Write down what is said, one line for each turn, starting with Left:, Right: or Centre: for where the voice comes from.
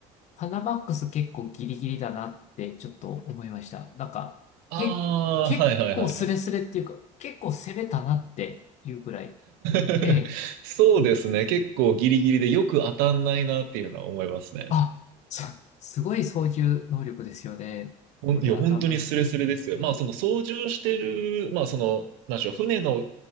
Left: パナマックス結構ギリギリだなってちょっと思いました。なんか、
Right: ああ、
Left: け、結構スレスレっていうか、
Right: はいはいはいはい。
Left: 結構攻めたなっていうくらい。
Right: <laughs>
Left: ええ
Right: そうですね。結構ギリギリでよく当たんないなっていうのは思いますね。
Left: あ、す、すごい操縦能力ですよね。
Right: ほんいや、
Left: これ当たんないの。
Right: 本当にスレスレですよ。
Left: えー、
Right: まあ、その操縦してる、まあ、その、なんでしょう、船の、